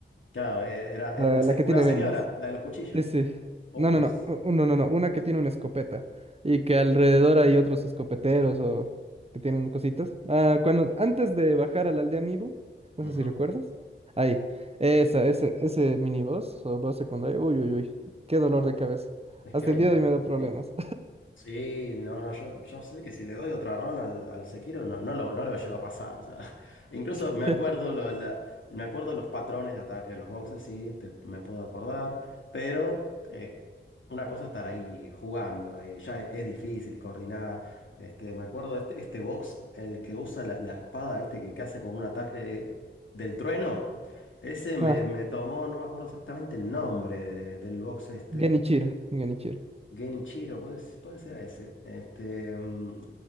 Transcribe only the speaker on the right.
La,
la que
tiene
vendas.
Sí, sí.
No, no, no.
u- No, no, no. Una que tiene una escopeta. Y que alrededor hay otros escopeteros o que tienen cositas. Ah, cuando, antes de bajar a la aldea Mibu, no
sé si recuerdas. Ahí. Esa, ese, ese miniboss o boss secundario. Uy, uy, uy. Qué dolor
de cabeza.
Hasta
el día de hoy me da problemas.
<laughs>
Ah,
Genichiro. Genichiro.